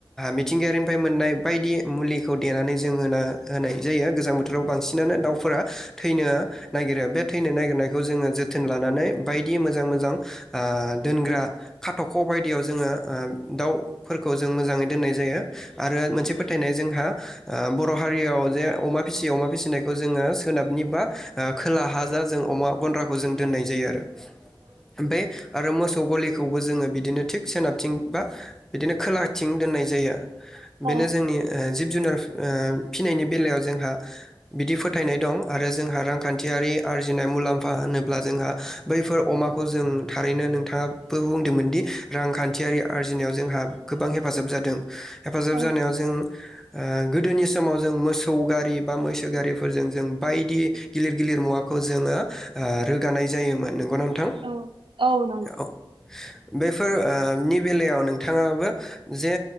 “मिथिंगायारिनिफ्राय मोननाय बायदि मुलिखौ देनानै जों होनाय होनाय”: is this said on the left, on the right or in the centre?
Centre